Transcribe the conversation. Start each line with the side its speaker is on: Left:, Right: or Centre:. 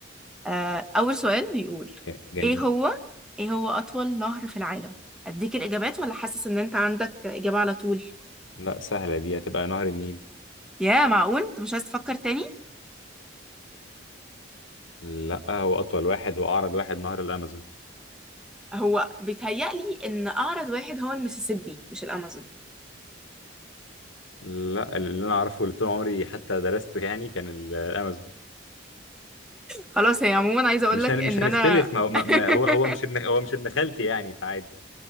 Centre: آه، أول سؤال بيقول
Left: ج- جميل
Centre: إيه هو إيه هو أطول نهر في العالم؟ أديك الإجابات ولا حاسس إن أنت عندك إجابة على طول؟
Left: لا سهله دي هتبقى نهر النيل
Centre: يا معقول؟ أنت مش عايز تفكر تاني؟
Left: لا هو اطول واحد واعرض واحد نهر الامازون
Centre: هو بيتهيألي ان اعرض واحد هو المسيسيبي مش الامازون
Left: لا اللي انا اعرفه واللي طول عمري حتى درسته يعني كان ال- الامازون
Centre: خلاص هي عموما عايزه اقول
Left: مش
Centre: لك
Left: هن...
Centre: ان
Left: مش هنختلف
Centre: انا
Left: ما هو ما...
Centre: <laughs>
Left: ما هو هو مش ابن هو مش ابن خالتي يعني فعادي